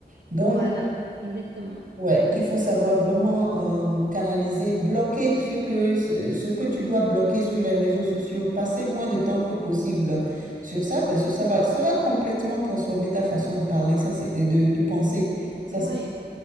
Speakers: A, on the right; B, on the right.
A: Donc,
B: voilà, exactement.
A: Ouais, il faut savoir vraiment euh, canaliser, bloquer ce que, ce, ce que tu dois bloquer sur les réseaux sociaux. Passer moins de temps que possible sur ça parce que ça va, ça va complètement transformer ta façon de parler, ça c'est, et de, de penser. Ça
B: Oui,
A: c'est,